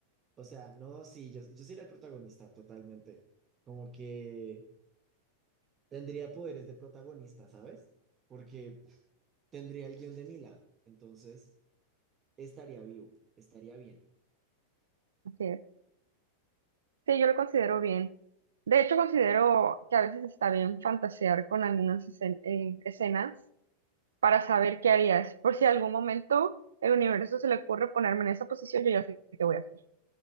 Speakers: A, on the right (about 25°); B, on the right (about 65°).
A: O sea, no, sí, yo, yo sería el protagonista totalmente. Como que tendría poderes de protagonista, ¿sabes? Porque tendría el guión de mi lado. Entonces, estaría vivo, estaría bien.
B: Así es. Sí, yo lo considero bien. De hecho, considero que a veces está bien fantasear con algunas escen- eh, escenas para saber qué harías. Por si algún momento el universo se le ocurre ponerme en esa posición, yo ya sé qué voy a hacer.